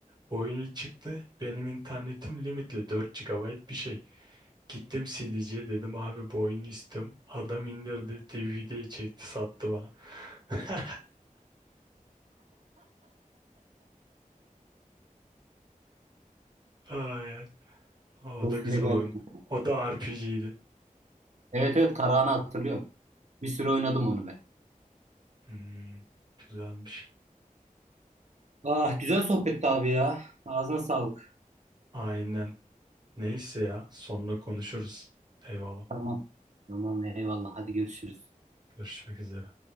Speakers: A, on the right; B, on the right.
A: Bu oyun ilk çıktı. Benim internetim limitli 4 gigabayt bir şey. Gittim CD'ciye dedim abi bu oyunu istiyorum. Adam indirdi DVD'ye çekti sattı bana. <laughs> Ay, ay. O
B: Of
A: da güzel
B: ne garip.
A: oyundu. O da RPG'ydi.
B: Evet evet Karahan'ı hatırlıyorum. Bir süre oynadım onu ben.
A: Hmm, güzelmiş.
B: Ah güzel sohbetti abi ya. Ağzına sağlık.
A: Aynen. Neyse ya sonra konuşuruz. Eyvallah.
B: Tamam. Tamam eyvallah. Hadi görüşürüz.
A: Görüşmek üzere.